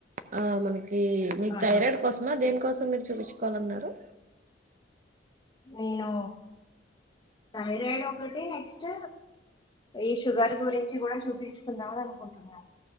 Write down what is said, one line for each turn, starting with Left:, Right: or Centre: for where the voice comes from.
Right: ఆ మనకి టి మీకు
Left: ఆహా
Right: థైరాయిడ్ కోసమా దేనికోసం మీరు చూపించుకోవాలన్నారు
Left: నేను థైరాయిడ్ ఒకటి నెక్స్ట్ ఈ షుగర్ గురించి కూడా చూపించుకుందాం అనుకుంటున్నాను